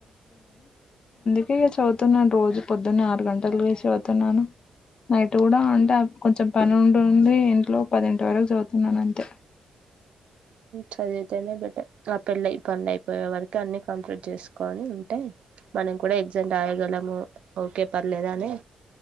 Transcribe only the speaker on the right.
చదివితేనే బెటర్ ఆ పెళ్ళ పండ్ అయిపోయే వరకు అన్ని కంప్లీట్ చేసుకొని ఉంటే మనం కూడా ఎగ్జామ్ రాయగలము ఓకే పర్లేదా అనే